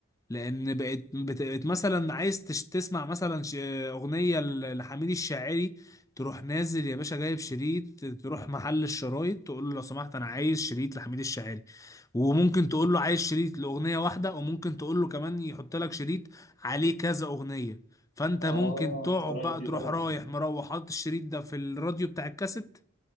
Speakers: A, on the left; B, on the left.
A: لان بقت بقت مثلا عايز تش- تسمع مثلا ش- اغنيه ل- لحميد الشاعري تروح نازل يا باشا جايب شريط تروح محل الشرايط تقول له لو سمحت انا عايز شريط لحميد الشاعري وممكن تقول له عايز شريط لاغنيه واحده وممكن تقول له كمان يحط لك شريط عليه كذا اغنيه فانت
B: اه
A: ممكن تقعد
B: القرارات
A: بقى
B: دي
A: تروح
B: طبعا
A: رايح مروح حاطط الشريط ده في الراديو بتاع الكاسيت